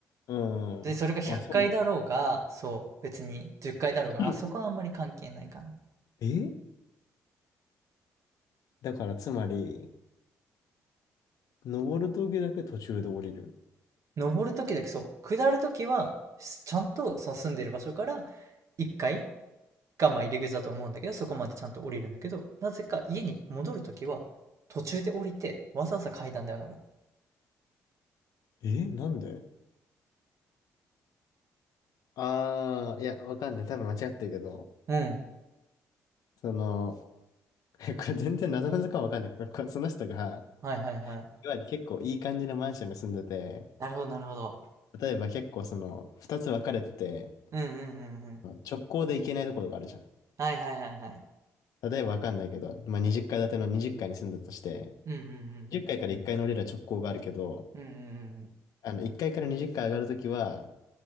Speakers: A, on the left; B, on the right.
A: うん。
B: で、それが100回だろうが、
A: あ、そう
B: そう、別に10回だろうが、
A: なんだ。
B: あそこはあんまり関係ないかな。
A: <clears throat> えだからつまり、登る時だけ途中で降りる。
B: 登るときだけそう、下るときは、すちゃんとその住んでる場所から1階がまあ入り口だと思うんだけど、そこまでちゃんと降りるんだけど、なぜか家に戻るときは、途中で降りて、わざわざ階段で上がるの。
A: えなんでああー、いや、わかんない。多分間違ってるけど、
B: うん。
A: その、<laughs> これ全然謎々かもわかんないけど、こその人が、
B: はいはいはい。
A: いわゆる結構いい感じのマンションに住んでて、
B: なるほどなるほど。
A: 例えば結構その、二つ分かれてて、
B: うんうんうんうん。
A: 直行で行けないところがあるじゃん。
B: はいはいはいはい。
A: 例えばわかんないけど、まあ、20階建ての20階に住んだとして、
B: うんうんうんうん。
A: 10階かいから1階の降りる直行があるけど、
B: うんうんうんうん。
A: あの、1階かいから20階上がるときは、